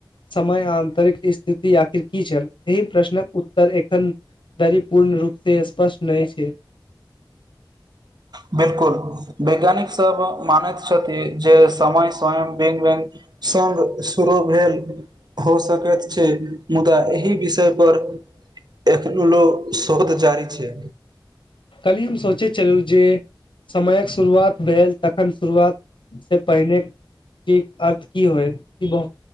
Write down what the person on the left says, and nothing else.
समय आन्तरिक स्थिति आखिर की छल एहि प्रश्नक उत्तर एखन धरि पूर्ण रूप से स्पष्ट नहि छै।
कल्हि हम सोचै छलू जे समयक शुरुआत भेल तखन शुरुआत से पहिले कि अर्थ की होय ई बहु